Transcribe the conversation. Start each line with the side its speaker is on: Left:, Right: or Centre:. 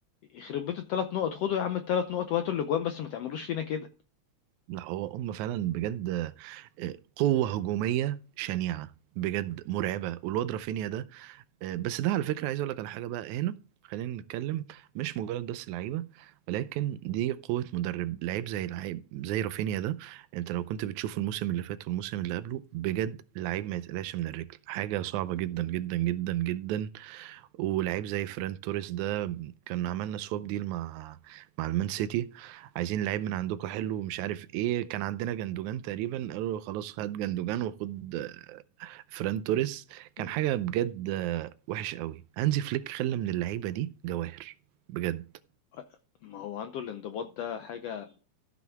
Left: يخرب بيت ال3 نقط، خدوا يا عم ال3 نقط وهاتوا الأجوان بس ما تعملوش فينا كده،
Right: لا هو هم فعلا بجد آه، قوة هجومية شنيعة بجد مرعبة والواد رافينيا ده آه، بس ده على فكرة عايز أقول لك على حاجة بقى هنا خلينا نتكلم مش مجرد بس لعيبة ولكن دي قوة مدرب لعيب زي لعيب زي رافينيا ده أنت لو كنت بتشوف الموسم اللي فات والموسم اللي قبله بجد لعيب ما يتقلقش من الرجل حاجة صعبة جدا جدا جدا جدا ولعيب زي فران توريس ده كان عملنا سواب ديل مع مع المان سيتي عايزين لعيب من عندكم حلو ومش عارف ايه كان عندنا جندوجان تقريبا قالوا له خلاص هات جندوجان وخد آه، فران توريس كان
Left: إمم،
Right: حاجة بجد آه، وحش قوي هانزي فليك خلى من اللعيبة دي جواهر بجد
Left: أ ما هو عنده الانضباط ده حاجة